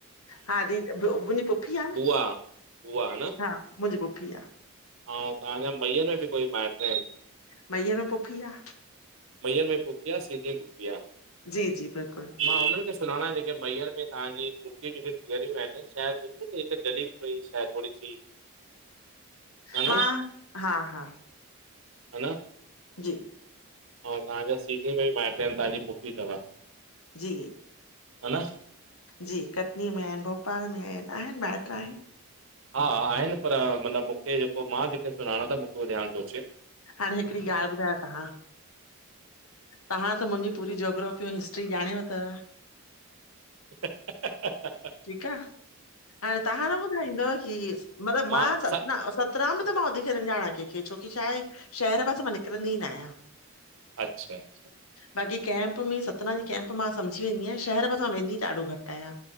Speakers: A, on the left; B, on the right.
A: हा। दी मुंहिजी पु्फी आ न
B: बुआ बुआ
A: हा मुहिजी पुफी आ।
B: अव तव्हाजा महीयर में बि कोई माइट आहिन।
A: महीयर मे पुफी आ।
B: महीयर में पुफी आ सीधी मेु पुफी आ।
A: जी जी बिल्कुल।
B: मा हुनन्हन खे सुञाणा जेके महीयर में तव्हाजी पुफीयु जेके जीअरियू आहिन। शायद दिस न हीक छोडो सी। <unintelligible> ह
A: हा
B: न
A: हा हा।
B: ह न।
A: जी।
B: ऐं तव्हां सीधी मे बि माइट आहिन तव्हांजी पुफी तव।
A: जी।
B: हा न।
A: जी कटनी में आहिनि, भोपाल में आहिनि, आहिनि माइट्र आहिनि।
B: हा आहिनि पर मन मूखे जेको, मा जेके सुञाणा त मूखे उहो ध्यानु थो अचे।
A: हाणे हिकड़ी ॻाल्ह ॿुधायो तव्हा तव्हा त मुंहिंजी पूरी जाग्राफी ऐ हिस्ट्री ॼाणे वथव
B: हहहह
A: ठीकु आ, हाणे तव्हा न ॿुधाईंदव की मतिलबु
B: मां
A: मा सतना
B: स
A: ओ सत त राम त मा वधीकु सुञाणा कहिंखे, छोकी छाहे शहर पासे मा निकिरंदी न आहिया।
B: अच्छा-अच्छा।
A: बाक़ी कैम्प में सतना जी कैम्प मा समझी वेंदी आहियां, शहर पासा वेंदी ॾाढो घट्ट आहिया।